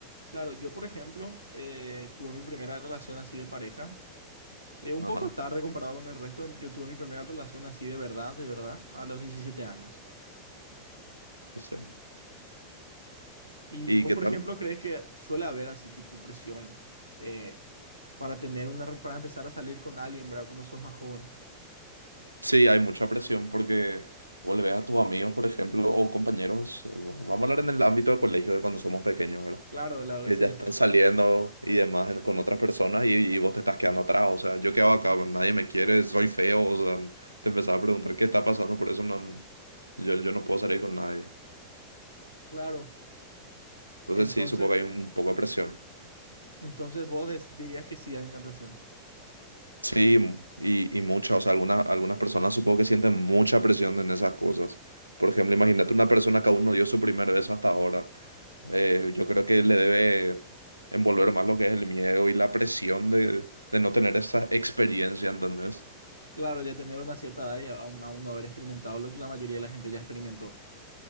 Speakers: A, on the left; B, on the right.
A: claro. Yo, por ejemplo, eh, tuve mi primera relación así de pareja, eh, un
B: Ajá,
A: poco tarde comparado con el resto, yo tuve mi primera relación así de verdad, de verdad, a los 17 años.
B: sí.
A: Y
B: ¿Y
A: vos,
B: qué
A: por
B: tal?
A: ejemplo, crees que suele haber así tipo presión eh, para tener una, re- para empezar a salir con alguien, ¿verdad? Cuando sos más joven.
B: Sí, hay mucha presión porque vos le ves a tus amigos, por ejemplo, o compañeros. eh, Vamos a hablar en el ámbito de colegio de cuando somos pequeños, ¿verdad?
A: Claro, de la adolescencia.
B: que ya están saliendo y demás en- con otras personas y, y vos te estás quedando atrás. O sea, yo quedo acá, nadie me quiere, soy feo. O sea, te empezaba a preguntar qué está pasando, por eso no, yo, yo no puedo salir con nadie.
A: Claro.
B: Entonces
A: Entonces,
B: sí, supongo que hay un poco de presión.
A: entonces vos des- dirías que sí hay una presión.
B: Sí, m- y, y mucha, o sea, algunas, algunas personas supongo que sienten mucha presión en esas cosas. Por ejemplo, imagínate una persona que aún no dio su primer beso hasta ahora. Eh, yo creo que le debe envolver más lo que es el miedo y la presión de, de no tener esa experiencia, ¿entendés?
A: Claro, ya tener una cierta edad y aún, aún no haber experimentado lo que la mayoría de la gente ya experimentó.